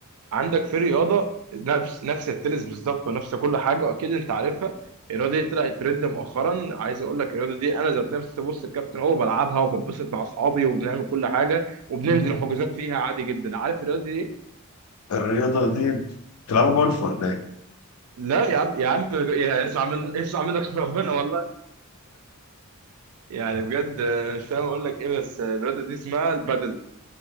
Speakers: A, on the right; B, on the left.
A: عندك في رياضه نفس نفس التنس بالظبط ونفس كل حاجه واكيد انت عارفها الرياضه دي طلعت ترند مؤخرا عايز اقول لك الرياضه دي انا ذات نفسي بص الكابتن هو بلعبها وببسط مع اصحابي وبنعمل كل حاجه وبننزل
B: مهم.
A: حجوزات فيها عادي جدا عارف الرياضه دي إيه؟
B: الرياضه دي بتلعبوا جولف ولا ايه؟
A: لا يا عم يا عم يا اسمع من اسمع منك <laughs> ربنا والله يعني بجد انا مش فاهم اقول لك ايه بس الرياضه دي اسمها البادل